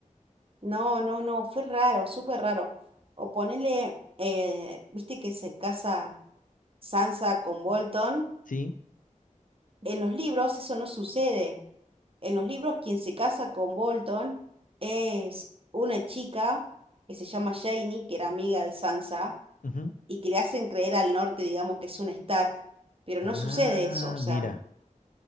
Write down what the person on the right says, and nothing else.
no, no, no, fue raro, súper raro. O ponele, eh, ¿viste que se casa Sansa con Bolton?
En los libros eso no sucede. En los libros, quien se casa con Bolton es una chica que se llama Janie, que era amiga de Sansa,
y que le hacen creer al norte, digamos, que es un Stark, pero
no sucede eso, o sea,